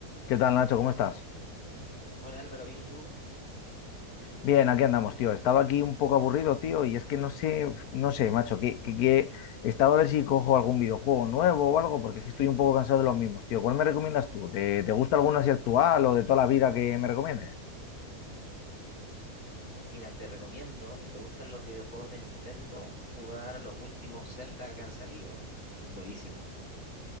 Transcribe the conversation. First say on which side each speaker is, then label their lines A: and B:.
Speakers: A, on the left; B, on the left.
A: ¿Qué tal, Nacho? ¿Cómo estás?
B: Hola Álvaro, ¿bien y tú?
A: Bien, aquí andamos, tío. Estaba aquí un poco aburrido, tío, y es que no sé, no sé, macho, que, que, que- estaba a ver si cojo algún videojuego nuevo o algo, porque es que estoy un poco cansado de los mismos, tío. ¿Cuál me recomiendas tú? ¿Te, te gusta alguno así actual o de toda la vida que me recomiendes?
B: Uh, mira, te recomiendo, si te gustan los videojuegos de Nintendo, jugar los últimos Zelda que han salido. Son buenísimos.